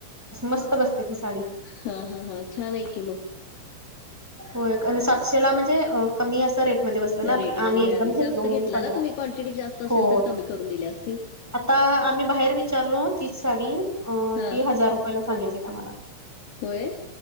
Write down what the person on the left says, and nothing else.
हा हा हा छान आहे की मग.
रेट
मध्ये मिळाली
जास्त
घेतला
ना तुम्ही क्वांटिटी जास्त असेल
तर कमी करून दिले असतील
हा
होय.